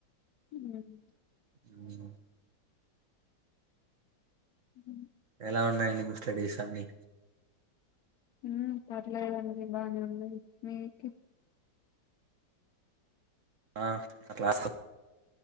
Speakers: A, on the left; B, on the right.
A: ఉమ్,
B: హ్
A: ఉ
B: ఎలా ఉన్నాయండి మీ స్టడీస్ అన్ని
A: ఉ పర్లేదండి బాగానే ఉన్నాయి మీ కి
B: ఆ అట్లా స్